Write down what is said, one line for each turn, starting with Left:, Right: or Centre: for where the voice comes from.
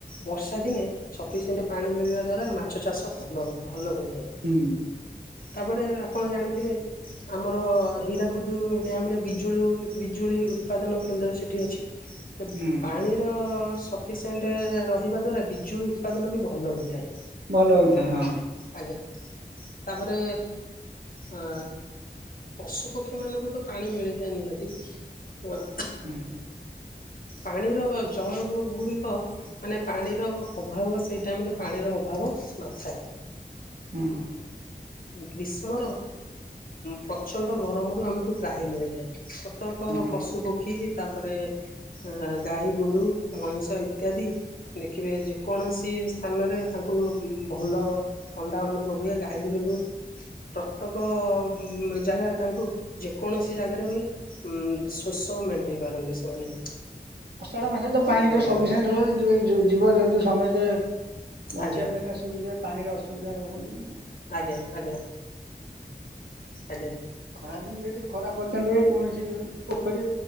Left: ବର୍ଷା ଦିନେ ସଫିସିଏଣ୍ଟ ପାଣି ମିଳିବା ଦ୍ଵାରା ମାଛ ଚାଷ ଭଲ ଭଲ ହୋଇଥାଏ।
Right: ହୁଁ।
Left: ତାପରେ ଆପଣ ଜାଣିଥିବେ ଆମର ହୀରାକୁୁଦୁ ଡ୍ୟାମ ରେ ବିଜୁଳି ବିଜୁଳି ଉତ୍ପାଦନ କେନ୍ଦ୍ର ସେଠି ଅଛି।
Right: ହୁଁ
Left: ପାଣିର ସ ଣ୍ଟ ରହିବା ଦ୍ଵାରା ବିଜୁଳି ଉତ୍ପାଦନ ବି ଭଲ ହୋଇଥାଏ।
Right: ଭଲ ହୋଇଥାଏ ହଁ।
Left: ଆଜ୍ଞା ତାପରେ ଅ ପଶୁ ପକ୍ଷୀ ମାନଙ୍କୁ ତ ପାଣି ମିଳିଥାଏ ନିହାତି ଅ
Right: ହୁଁ।
Left: ପାଣିର ଜଳ ଗୁଡ ମାନେ ପାଣିର ଅଭାବ ସେଇ ଟାଇମରେ ପାଣିର ଅଭାବ ନଥାଏ।
Right: ହୁଁ
Left: ଗ୍ରୀଷ୍ମ ର ପ୍ରଚଣ୍ଡ ଗରମରୁ ଆମକୁ ତ୍ରାହି ମିଳିଥାଏ। ପ୍ରତକ
Right: ହୁଁ।
Left: ପଶୁ ପକ୍ଷୀ ତାପରେ ଅ ଗାଈ ଗୋରୁ ମଣିଷ ଇତ୍ୟାଦି ଦେଖିବେ ଯେକୌଣସି ସ୍ଥାନରେ ତାଙ୍କୁ ଭଲ ଥଣ୍ଡା ଅନୁଭବ ହୁଏ ଗାଈ ଗୋରୁଙ୍କୁ ପ୍ରତ୍ୟେକ ଜାଗାରେ ତାଙ୍କୁ ଯେକୌଣସି ଜାଗାରେ ହୁଏ ଉଁ ଶୋଷ ମେଣ୍ଟେଇ ପାରନ୍ତି ସେମାନେ
Right: ଅଷାଢ଼ ମାସରେ ତ ପାଣି
Left: ଏଇଭଳି
Right: ସଫିସିଏଣ୍ଟ
Left: ଭାବରେ
Right: ରହେ ଜୀବଜନ୍ତୁ ସମେତେ ବଞ୍ଚିବା
Left: ଆଜ୍ଞା
Right: ପାଇଁ ସୁବିଧା ପାଣିର ଅସୁବିଧା ହୁଅ <unintelligible>
Left: ଆଜ୍ଞା ଆଜ୍ଞା ଆଜ୍ଞା।
Right: ଖରାଦିନ ଯଦି ଖରା ପତନ ହୁଏ କୌଣସି ପୋଖରୀ